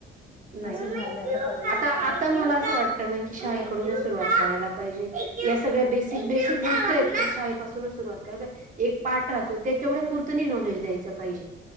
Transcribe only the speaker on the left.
असं झालंय परिस्थिती